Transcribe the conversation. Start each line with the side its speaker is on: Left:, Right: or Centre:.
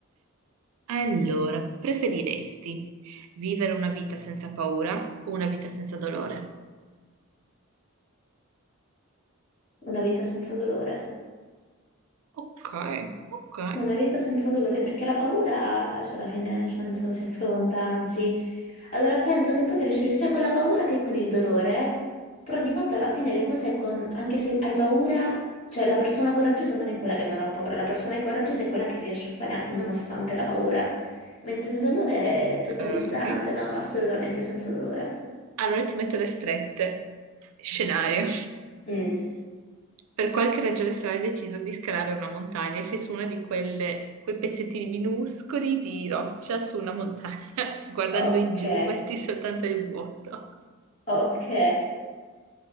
Right: Allora, preferiresti vivere una vita senza paura o una vita senza dolore?
Left: una vita senza dolore.
Right: Ok, ok,
Left: Una vita senza dolore, perché la paura, cioè alla fine, nel senso, si affronta, anzi. Allora penso che puoi crescere sia con la paura che con il dolore, però di fatto alla fine le cose con... anche se hai paura, cioè la persona coraggiosa non è quella che non ha paura, la persona coraggiosa è quella che riesce a fare anche nonostante la paura, mentre il dolore è totalizzante,
Right: ok.
Left: no, assolutamente senza dolore.
Right: Allora ti metto le strette. Scenario.
Left: Mm,
Right: Per qualche ragione strana hai deciso di scalare una montagna e sei su una di quelle, quei pezzettini minuscoli di roccia su una montagna, <laughs> guardando
Left: Ok,
Right: in giù, vedi soltanto il vuoto.
Left: ok.